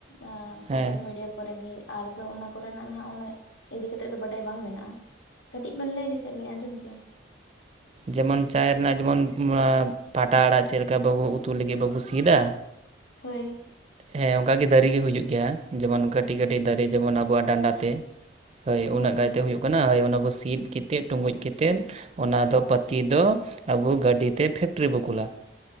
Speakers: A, on the left (about 75°); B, on the right (about 35°).
A: ᱟ
B: ᱦᱮᱸ
A: ᱥᱳᱥᱟᱞ ᱢᱤᱰᱤᱭᱟ ᱠᱚᱨᱮᱜᱤ ᱟᱨᱫᱚ ᱚᱱᱟ ᱠᱚᱨᱮᱱᱟᱜ ᱱᱟᱦᱟᱜ ᱩᱱᱟᱹᱜ ᱤᱫᱤ ᱠᱟᱛᱮᱫ ᱫᱚ ᱵᱟᱰᱟᱭ ᱵᱟᱝ ᱢᱮᱱᱟᱜᱼᱟ᱾ ᱠᱟᱹᱴᱤᱡ ᱵᱮᱱ ᱞᱟᱹᱭ ᱞᱮᱠᱷᱟᱡᱞᱤᱧ ᱟᱸᱡᱚᱢ ᱠᱮᱭᱟ᱾
B: ᱡᱮᱢᱚᱱ ᱪᱟᱭ ᱨᱮᱱᱟᱜ ᱡᱮᱢᱚᱱ ᱚᱱᱟ ᱯᱟᱴᱟ ᱟᱲᱟᱜ ᱪᱮᱜ ᱞᱮᱠᱟ ᱵᱟᱵᱚ ᱩᱛᱩ ᱞᱟᱹᱜᱤᱫ ᱵᱟᱵᱚ ᱥᱤᱫᱟ᱾
A: ᱦᱳᱭ
B: ᱦᱮᱸ ᱚᱝᱠᱟᱜ ᱜᱮ ᱫᱟᱨᱮ ᱜᱮ ᱦᱩᱭᱩᱜ ᱜᱮᱭᱟ ᱡᱮᱢᱚᱱ ᱠᱟᱹᱴᱤᱜ ᱠᱟᱹᱴᱤᱜ ᱫᱟᱨᱮ ᱡᱮᱢᱚᱱ ᱟᱵᱚᱣᱟᱜ ᱰᱟᱸᱰᱟ ᱛᱮ᱾ ᱦᱟᱹᱭ
A: ᱦᱳᱭ
B: ᱩᱱᱟᱹᱜ
A: ᱦᱳᱭ
B: ᱜᱟᱭᱛᱮ ᱦᱳᱭᱳᱜ ᱠᱟᱱᱟ ᱦᱳᱭ ᱚᱱᱟ ᱵᱚ ᱥᱤᱫ ᱠᱟᱛᱮᱫ ᱴᱩᱸᱜᱩᱡ ᱠᱟᱛᱮᱫ᱾ ᱚᱱᱟ ᱫᱚ ᱯᱟᱹᱛᱤ ᱫᱚ ᱟᱵᱚ ᱜᱟᱹᱰᱤᱛᱮ ᱯᱷᱮᱠ ᱴᱨᱤ ᱵᱚ ᱠᱩᱞᱟ